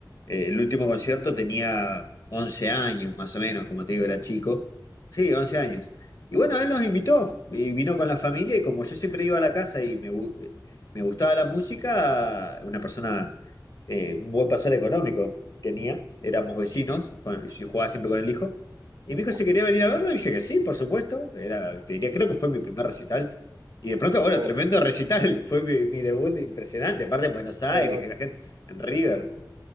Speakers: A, on the left; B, on the right.
A: Eh, el último concierto tenía 11 años, más o menos, como te digo, era chico. Sí, 11 años. Y bueno, él nos invitó, y vino con la familia, y como yo siempre iba a la casa y me, gu- me gustaba la música, una persona, eh, un buen pasar económico tenía, éramos vecinos, con- yo jugaba siempre con el hijo, y mi hijo
B: Ah,
A: si quería venir a verlo, y dije que sí, por supuesto, era, te diría, creo que fue mi primer recital. Y de pronto, bueno,
B: Oh,
A: tremendo recital, <laughs> fue mi, mi debut impresionante, aparte en Buenos Aires,
B: pero
A: que la gente en River.